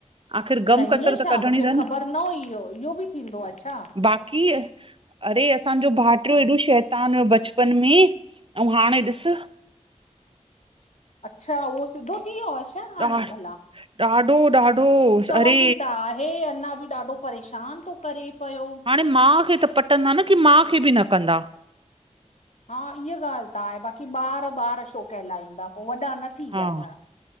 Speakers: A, on the right (about 45°); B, on the left (about 70°).
A: आख़र
B: अच्छा
A: गम कसर
B: ईअं
A: त
B: छा
A: कढणी
B: मूंखे
A: थन
B: ख़बर न हुई इहो इहो बि थींदो आ छा?
A: बाक़ी अरे असांजो भाईटियो एॾो शैतान हुयो बचपन में ऐं हाणे ॾिसु।
B: अच्छा उहो सिधो थी वियो आ न हाणे
A: ॾा
B: भला?
A: ॾाढो ॾाढो।
B: चवंदी
A: अरे
B: त आहे अञा बि ॾाढो परेशान थो करे पयो।
A: हाणे माउ खे त पटंदा न, की माउ खे बि न कंदा।
B: हा इहा ॻाल त आए बाक़ी ॿार ॿार छो कहलाईंदा पो वॾा न थी
A: हा
B: विया छा?